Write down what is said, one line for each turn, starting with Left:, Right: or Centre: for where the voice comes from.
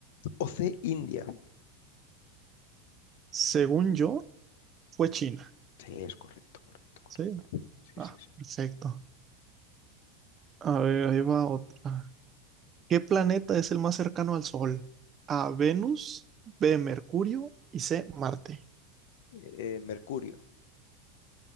Left: O C, India.
Right: Según yo, fue China.
Left: Sí, es correcto, correcto, correcto.
Right: Sí.
Left: Sí,
Right: Ah,
Left: sí, sí.
Right: perfecto. A ver, ahí va otra. ¿Qué planeta es el más cercano al Sol? A, Venus, B, Mercurio y C, Marte.
Left: Eh, Mercurio.